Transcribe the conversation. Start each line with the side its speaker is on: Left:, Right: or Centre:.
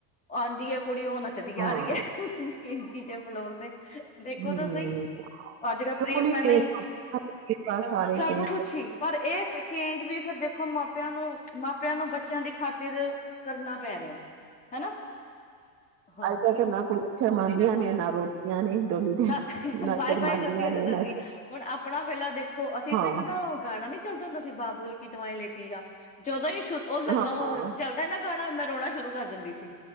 Left: ਆਉਂਦੀ ਹੈ ਕੁੜੀ ਉਹ ਨੱਚਦੀ ਆ
Right: ਹਾਂ,
Left: ਰਹੀ ਹੈਹਿੰਦੀ ਜ ਮਤਲਬ ਅਤੇ ਦੇਖੋ
Right: ਹੂੰ,
Left: ਤੁਸੀਂ ਅੱਜ ਕੱਲ
Right: ਬਿਲਕੁਲ
Left: ਪ੍ਰੀ ਪਹਿਲਾਂ
Right: ਚੇਂਜ
Left: ਹੀ
Right: ਹੋ ਗਏ ਬਸ ਸਾਰੇ
Left: ਸਭ
Right: ਚੇਂਜ
Left: ਕੁਛ ਸੀ ਪਰ ਇਹ ਚੇਂਜ ਵੀ ਫਿਰਦੇ ਦੇਖੋ ਮਾਪਿਆਂ ਨੂੰ ਮਾਪਿਆਂ ਨੂੰ ਬੱਚਿਆਂ ਦੀ ਖਾਤ ਕਰਨਾ ਪੈ ਰਿਹਾ ਹਨਾ ਹਾਂ
Right: ਆਈ ਕ ਕਰਨਾ ਕੁੜ ਛਮਾਂਦੀਆਂ ਨੇ ਨਾ ਰੋਟੀਆਂ ਨੇ ਡੋਲੀ ਟੈਮ
Left: ਨਾ
Right: ਨਾ
Left: ਬਾਏ
Right: ਸ਼ਰਮਾਦੀਆਂ
Left: ਬਾਏ ਕਰਦੀ ਹ
Right: ਨੇ,
Left: ਤੇ ਕਰਨੀ
Right: ਨਾ
Left: ਹ ਹੁਣ ਆਪਣਾ ਵੇਲਾ ਦੇਖੋ ਅਸੀਂ
Right: ਹਾਂ,
Left: ਤਾਂ ਇੱਕ ਨਾ ਗਾਣਾ ਨੀ ਚੱਲਦਾ ਹੁੰਦਾ ਸੀ ਬਾਬੂਲਕੀ ਦਵਾਈ ਲੈ ਆ ਜਦੋਂ ਹੀ ਉਹ
Right: ਹਾਂ,
Left: ਚੱਲਦਾ ਨਾ ਗਾਣਾ ਮੈਂ ਰੋਣਾ ਸ਼ੁਰੂ ਕਰ ਦਿੰਦੀ ਸੀ